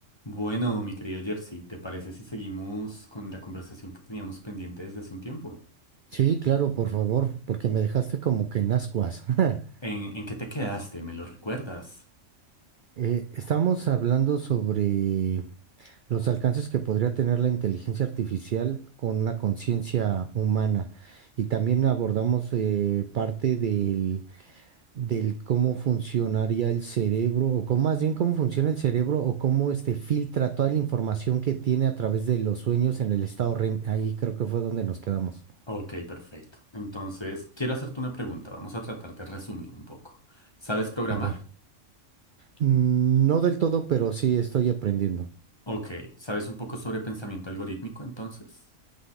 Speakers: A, on the left; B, on the right.
A: Bueno, mi querido Jersey, ¿te parece si seguimos con la conversación que teníamos pendiente desde hace un tiempo?
B: Sí, claro, por favor, porque me dejaste como que en ascuas. <laughs>
A: ¿En, en qué te quedaste? ¿Me lo recuerdas?
B: Eh, estamos hablando sobre los alcances que podría tener la inteligencia artificial con una conciencia humana y también abordamos eh, parte del, del cómo funcionaría el cerebro o cómo, más bien cómo funciona el cerebro o cómo este filtra toda la información que tiene a través de los sueños en el estado REM. Ahí creo que fue donde nos quedamos.
A: Ok, perfecto. Entonces, quiero hacerte una pregunta. Vamos a tratar de resumir un poco. ¿Sabes programar?
B: A ver. No del todo, pero sí estoy aprendiendo.
A: Ok. ¿Sabes un poco sobre pensamiento algorítmico entonces?